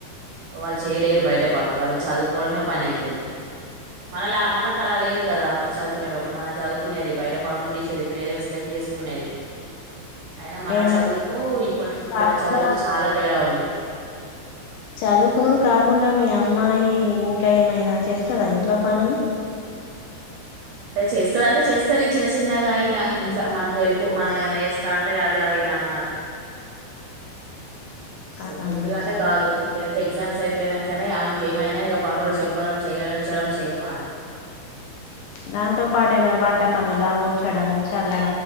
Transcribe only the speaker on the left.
ఏమై
కాకుండా
చదువుకునుడు కాకుండా మీ అమ్మాయి ఇంకా ఏమైనా చేస్తదా ఇంట్లో పనులు
అలానా
దాంతో పాటు ఏమైన వంట పనుల ఊడ్చడము చల్లడ్